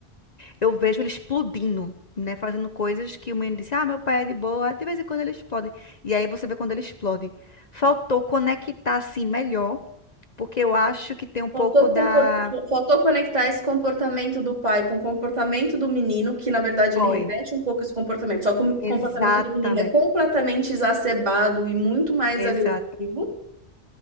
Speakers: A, on the left; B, on the right.
A: eu vejo ele explodindo, né? Fazendo coisas que o menino disse, ah, meu pai é de boa, de vez em quando ele explode. E aí você vê quando ele explode. Faltou conectar assim melhor, porque eu acho que tem um pouco
B: Faltou,
A: da.
B: compor- faltou conectar esse comportamento do pai com o comportamento do menino, que na verdade
A: Foi.
B: ele repete um pouco esse comportamento, só que o
A: Exatamente.
B: comportamento do menino é completamente exacerbado e muito mais
A: Exato.
B: agressivo.